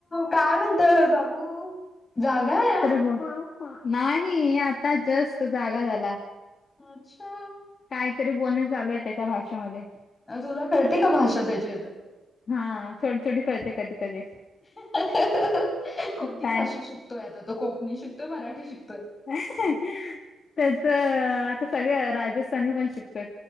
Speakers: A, on the left; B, on the left.
A: काय म्हणतय बाबू. जागाय आ.
B: <unintelligible> <inaudible> नाही. आता जस्त जागा झाला.
A: अच्छा.
B: काहीतरी बोलण चालूय. त्याच्या भाषेमध्ये.
A: तुला कळते का, भाषा त्याची आता?
B: हा, थोडी - थोडी कळते. कधी- कधी.
A: <unintelligible> कोणती
B: काय
A: भाषा शिकतोय, आता तो? कोकणी शिकतोय? मराठी शिकतोय?
B: <unintelligible> त्याच आता सगळ्या, राजस्थानी पण शिकतोय.